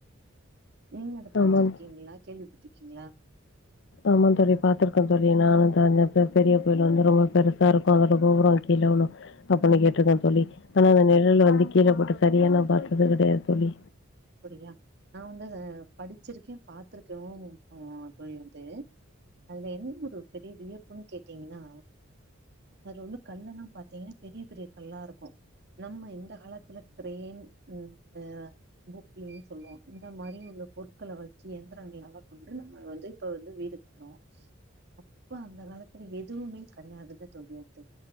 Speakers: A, on the right; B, on the left.
A: நீங்க அத படிச்சிருக்கீங்ளா
B: ஆமாம்
A: கேள்விப்பட்ருக்கீங்ளா
B: ஆமா தோழி பாத்துருக்கே தோழி நானு தா அங்க பெரிய கோயிலு வந்து ரொம்ப பெருசா இருக்கு அதோட கோபுர கீழ விழு அப்பிட்னு கேட்ருக்கே தோழி ஆனா அந்த நிழல் வந்து கீழ போட்டு சரியா நா பாத்தது கெடையாது தோழி
A: அப்பிடியா நா வந்து அத படிச்சிருக்கே பாத்திருக்கேவு ஆ தோழி வந்து அதுல என்ன ஒரு பெரிய வியப்புனு கேட்டீங்கனா அதுல உள்ள கல்லெல்லா பாத்தீங்கனா பெரிய பெரிய கல்லா இருக்கு நம்ம இந்த காலத்துல கிரேன் இந்த பொக்லேனு சொல்வோ இந்த மாரி உள்ள பொருட்கள வச்சு எந்திரங்களால கொண்டு நம்ம வந்து இப்ப வந்து வீடு கட்ரோ அப்ப அந்த காலத்துல எதுவுமே கெடையாதுல தோழி வந்து